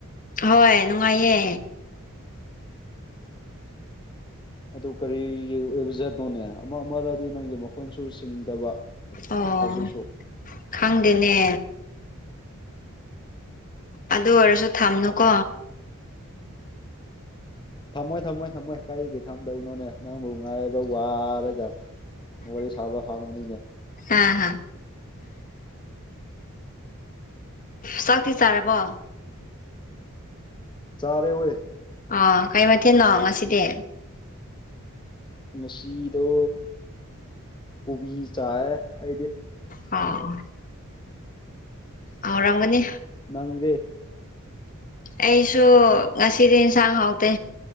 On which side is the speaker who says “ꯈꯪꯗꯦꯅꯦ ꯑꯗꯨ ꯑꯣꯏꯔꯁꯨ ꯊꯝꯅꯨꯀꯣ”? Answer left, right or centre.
Left